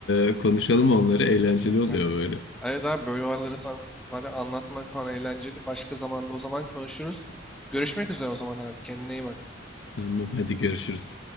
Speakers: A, on the left; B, in the centre.
A: ee, konuşalım onları eğlenceli oluyor
B: Evet.
A: böyle.
B: Evet abi böyle olayları san- zaten anlatmak falan eğlenceli. Başka zamanda o zaman konuşuruz. Görüşmek üzere o zaman abi. Kendine iyi bak.
A: Tamam hadi görüşürüz.